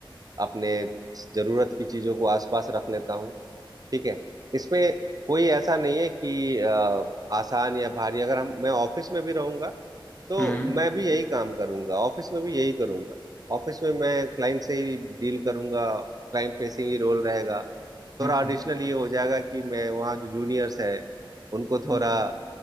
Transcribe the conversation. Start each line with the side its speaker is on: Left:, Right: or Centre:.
Right: अपने जरूरत की चीजों को आसपास रख लेता हूँ ठीक है इसमें कोई ऐसा नहीं है कि अ, आसान या भारी अगर हम मैं ऑफिस में भी रहूंगा तो
Left: हम्म
Right: मैं भी यही काम करूंगा ऑफिस में भी यही करूंगा ऑफिस में मैं क्लाइंट से ही डील करूंगा क्लाइंट फेसिंग ही रोल रहेगा थोड़ा
Left: हम्म,
Right: एडिशनल
Left: हम्म,
Right: ये हो जाएगा कि मैं वहाँ जो जूनियर्स है उनको
Left: <laughs>
Right: थोड़ा